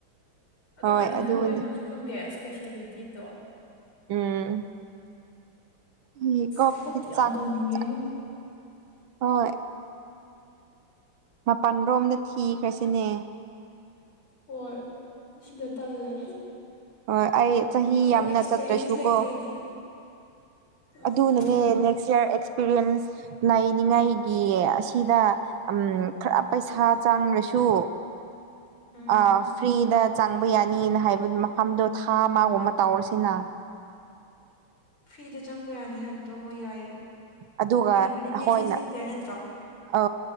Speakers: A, on the left; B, on the right.
A: ꯑꯗꯣ
B: ꯍꯣꯏ
A: ꯀꯔꯤ
B: ꯑꯗꯨꯅꯤ
A: ꯈꯟꯗꯣꯏꯅꯣꯖꯨ ꯈꯪꯗꯦ ꯑꯦꯁꯄꯦꯁ꯭ꯌꯦꯂꯤꯇꯤꯗꯣ
B: ꯎꯝ ꯎꯝ ꯀꯣꯛꯇꯤ
A: ꯊꯕꯛꯇꯤ ꯌꯥꯝ
B: ꯆꯥꯛꯄꯖꯥꯠꯅꯦ
A: ꯇꯧꯅꯤꯡꯉꯦꯉꯣ
B: ꯍꯣꯏ ꯃꯄꯥꯟꯔꯣꯝꯗ ꯊꯤꯈ꯭ꯔꯁꯤꯅꯦ
A: ꯍꯣꯏ ꯁꯤꯗ ꯇꯜꯂꯦ
B: ꯍꯣꯏ ꯑꯩ ꯆꯍꯤ
A: ꯑꯗꯣ
B: ꯌꯥꯝꯅ
A: ꯑꯦꯛꯁꯄꯦꯔꯤꯌꯦꯟꯁ
B: ꯆꯠꯇ꯭ꯔꯁꯨꯀꯣ
A: ꯂꯩꯇ꯭ꯔꯗꯤ ꯎꯝ
B: ꯑꯗꯨꯅꯅꯦ ꯅꯦꯛꯁ ꯌꯤꯑꯔ ꯑꯦꯛꯁꯄꯦꯔꯤꯌꯦꯟꯁ ꯂꯩꯅꯤꯉꯥꯏꯒꯤ ꯑꯁꯤꯗ ꯎꯝ ꯈꯔ ꯄꯩꯁꯥ ꯆꯪꯔꯁꯨ
A: ꯎꯝ
B: ꯑ ꯐ꯭ꯔꯤꯗ ꯆꯪꯕ ꯌꯥꯅꯤꯅ ꯍꯥꯏꯕ ꯃꯐꯝꯗꯣ ꯊꯥ ꯑꯃꯒꯨꯝꯕ ꯇꯧꯔꯁꯤꯅ
A: ꯐ꯭ꯔꯤꯗ ꯆꯪꯕ ꯌꯥꯅꯤ ꯍꯥꯏꯕꯗꯣ ꯍꯣꯏ ꯌꯥꯏꯌꯦ
B: ꯑꯗꯨꯒ
A: ꯔꯤꯍꯦꯕꯤꯂꯤꯇꯦꯁꯟ
B: ꯑꯩꯈꯣꯏꯅ
A: ꯁꯦꯟꯇꯔ ꯅꯠꯇ꯭ꯔꯣ
B: ꯑ